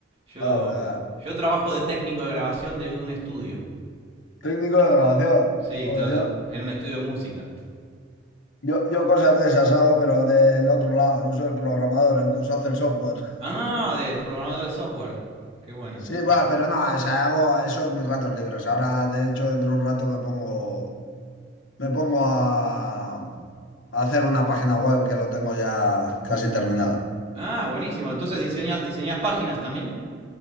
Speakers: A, on the right; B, on the left.
A: Yo,
B: Joder, claro.
A: yo trabajo de técnico de grabación de un estudio.
B: Técnico de grabación.
A: Sí,
B: Joder,
A: en
B: yo,
A: un estudio de música.
B: Yo, yo cosas de esas hago, pero del otro lado. Yo soy el programador, el que os hace el software. <laughs>
A: Ah, no, no, no, de programador de software. Qué bueno.
B: Sí, va, pero no, o sea, hago eso en mis ratos libres. Ahora, de hecho, dentro de un rato me pongo, me pongo a, a hacer una página web que lo tengo ya casi terminada.
A: Ah, buenísimo. Entonces diseñas, diseñas páginas también.